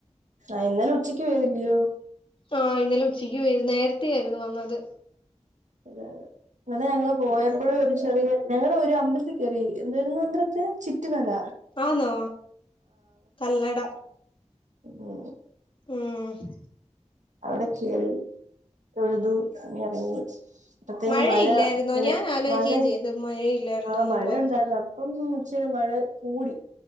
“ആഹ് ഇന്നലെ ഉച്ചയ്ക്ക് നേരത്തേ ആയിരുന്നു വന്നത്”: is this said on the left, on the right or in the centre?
Left